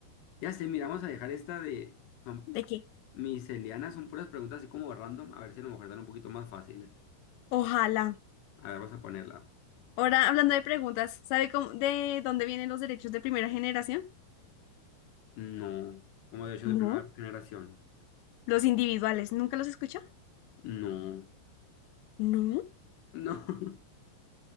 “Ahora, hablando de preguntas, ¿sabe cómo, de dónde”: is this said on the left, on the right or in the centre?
Left